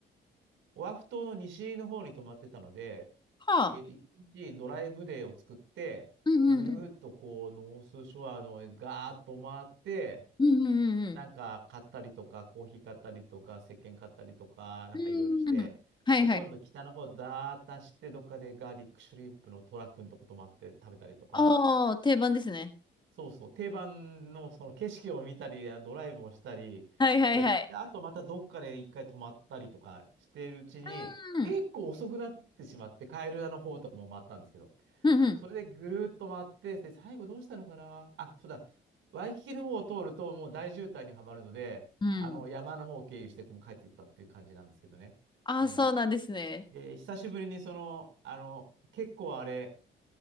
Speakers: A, on the right; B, on the left.
A: オアフ島の西の方に泊まってたので、
B: はあ。
A: えーっと、1日ドライブデーを作って、
B: うんうんうん。
A: ぐるーっとこう、ノースショアのガーッと回って、
B: うんうんうん
A: なんか買ったりとか、コーヒー買ったりとか、石鹸買ったりとか、なんかいろいろして、
B: うん。うん。はいはい。
A: で、今度北の方だーっとて、どっかでガーリックシュリンプのトラ君とこともあって食べたりとか、
B: ああ、定番ですね。
A: そうそう、定番のその景色を見たり、あドライブをしたりして、
B: はいはいはい。
A: で、あとまたどっかで一回泊まったりとかしているうちに、
B: うん。
A: 結構遅くなってしまって、カエルラの方とかも回ったんですけど、
B: うんうん。
A: それでぐるーっと回って、で、最後どうしたのかなあ、そうだ、ワイキキの方を通るともう大渋滞にはまるので、
B: うん。
A: あの山の方を経由してもう帰ってきたっていう感じなんですけどね。
B: ああ、
A: うん。
B: そうなんですね。
A: で、久しぶりにその、あの、結構あれ、